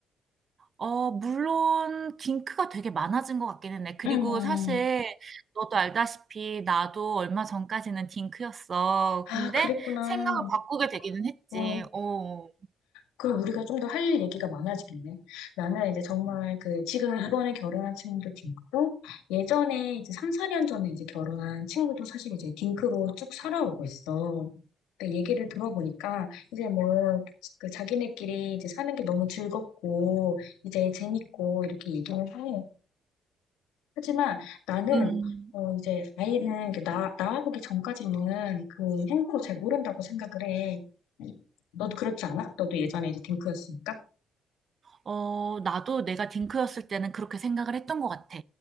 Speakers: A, on the right; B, on the left.
A: 어 물론 딩크가 되게 많아진 것 같기는 해. 그리고
B: 음,
A: 사실 너도 알다시피 나도 얼마 전까지는 딩크였어.
B: 아,
A: 근데
B: 그랬구나.
A: 생각을 바꾸게 되기는 했지.
B: 어,
A: 어.
B: 그럼 우리가 좀 더 할 일 얘기가 많아지겠네. 나는 이제 정말 그 지금 이번에 결혼한 친구도 딩크고 예전에 이제 3, 4년 전에 이제 결혼한 친구도 사실 이제 딩크로 쭉 살아오고 있어. 근데 얘기를 들어보니까 이제 뭐 그 자기네끼리 이제 사는 게 너무 즐겁고 이제 재밌고 이렇게 얘기는 해. 하지만 나는
A: 음.
B: 어 이제 아이는 이렇게 나 낳아보기 전까지는 그 행복을 잘 모른다고 생각을 해. 너도 그렇지 않아? 너도 예전에 이제 딩크였으니까.
A: 어, 나도 내가 딩크였을 때는 그렇게 생각을 했던 것 같아.